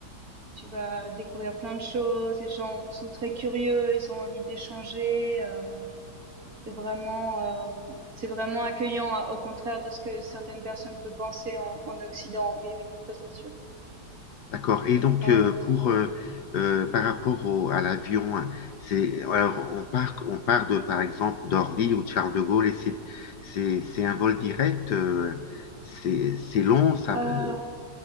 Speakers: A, on the right; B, on the left.
A: tu vas découvrir plein de choses. Les gens sont très curieux, ils ont envie d'échanger. euh, c'est vraiment, euh, c'est vraiment accueillant, hein, au contraire de ce que certaines personnes peuvent penser en, en Occident. Oui, oui, ça c'est sûr.
B: d'accord. Et donc,
A: Euh,
B: euh, pour, euh, euh, par rapport au- à l'avion, hein, c'est, alors, on part, on part de, par exemple, d'Orly ou de Charles de Gaulle et c'est, c'est, c'est un vol direct. euh, c'est, c'est long, ça.
A: euh,
B: euh,